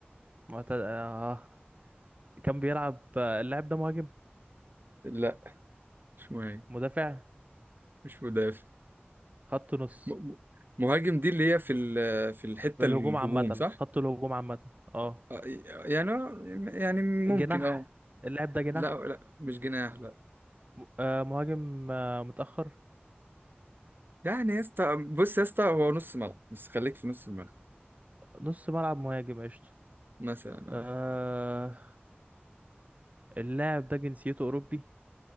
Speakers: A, on the right; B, on the right.
A: معتد... آه. كان بيلعب آه، اللاعب ده مهاجم
B: لا مش مهاجم
A: مدافع
B: مش مدافع
A: خط نص
B: م- م- مهاجم دي اللي هي في ال- في الحته
A: الهجوم
B: الهجوم
A: عامة
B: صح
A: خط الهجوم عامة اه
B: آه، يعني يعني ممكن
A: جناح
B: اه
A: اللاعب ده جناح
B: لا لا مش جناح لا
A: م- آه مهاجم آه متأخر
B: يعني يا اسطى بص يا اسطى هو نص ملعب بس خليك في نص الملعب
A: نص ملعب مهاجم قشطة
B: مثلا
A: آه اللاعب ده جنسيته أوروبي